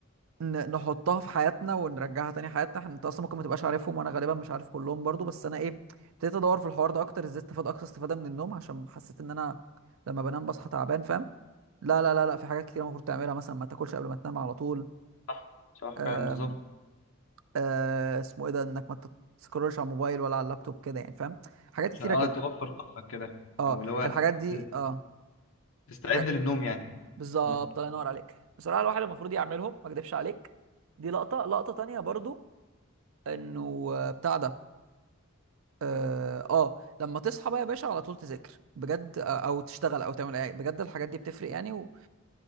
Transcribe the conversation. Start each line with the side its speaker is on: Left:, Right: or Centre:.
Right: ن- نحطها في حياتنا ونرجعها تاني حياتنا احنا انت اصلا ممكن ما تبقاش عارفهم وانا غالبا مش عارف كلهم برضو بس انا ايه ابتديت ادور في الحوار ده اكتر ازاي استفاد اقصى استفادة من النوم عشان حسيت ان انا لما بنام بصحى تعبان فاهم لا لا لا لا في حاجات كتير المفروض تعملها مثلا ما تاكلش قبل ما تنام على طول
Left: صح صح
Right: آم
Left: فعلا بالظبط
Right: آه اسمه ايه ده انك ما تسكرولش على الموبايل ولا على اللابتوب كده يعني فاهم حاجات
Left: عشان
Right: كتيرة
Left: اه
Right: كده
Left: توفر طاقتك كده
Right: اه
Left: او اللي هو
Right: الحاجات دي
Left: تس-
Right: اه
Left: تستعد
Right: الحاجات...
Left: للنوم يعني
Right: بالظبط
Left: مم.
Right: الله ينور عليك بصراحه الواحد المفروض يعملهم ما اكدبش عليك دي لقطه لقطه تانية برضو انه آه، بتاع ده اه آه، لما تصحى بقى يا باشا على طول تذاكر بجد آه، او تشتغل او تعمل اي بجد الحاجات دي بتفرق يعني و...